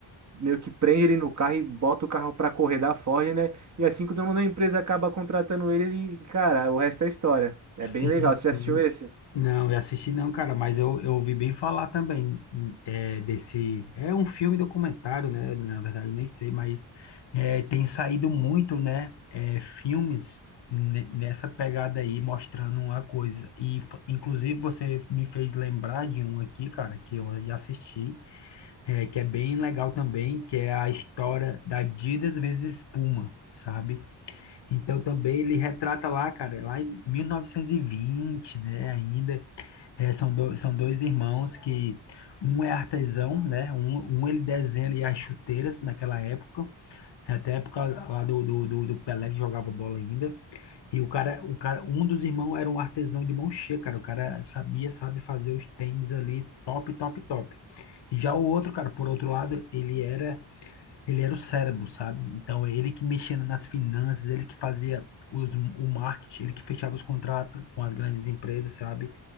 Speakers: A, on the right (about 40°); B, on the left (about 65°).
A: meio que prende ele no carro e bota o carro pra correr da Ford, né? E assim que o dono da empresa acaba contratando ele, ele, cara, o resto é história. É
B: Sim,
A: bem legal.
B: sim.
A: Você já assistiu esse?
B: Não, eu assisti não, cara, mas eu, eu ouvi bem falar também é, desse. É um filme documentário, né? Na verdade, nem sei, mas é, tem saído muito, né? é, filmes ne- nessa pegada aí, mostrando uma coisa. E, f- inclusive, você me fez lembrar de um aqui, cara, que eu já assisti, é, que é bem legal também, que é a história da Adidas vezes Puma, sabe? Então também ele retrata lá, cara, lá em 1920, né, ainda, É, são, do, são dois irmãos que um é artesão, né, um, um ele desenha ali as chuteiras naquela época, até a época lá do, do, do, do Pelé que jogava bola ainda, e o cara, o cara, um dos irmãos era um artesão de mão cheia, cara, o cara sabia, sabe fazer os tênis ali, top, top, top. E já o outro, cara, por outro lado, ele era ele era o cérebro, sabe? Então, ele que mexia nas finanças, ele que fazia os, o marketing, ele que fechava os contratos com as grandes empresas, sabe?